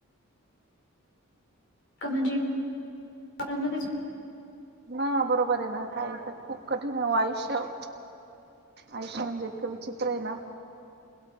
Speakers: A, on the left; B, on the right.
A: का म्हणजे <unintelligible>
B: हां बरोबर आहे ना काहीतरी खुप कठीण आहे ओ आयुष्य आयुष्य म्हणजे इतक विचित्र आहे ना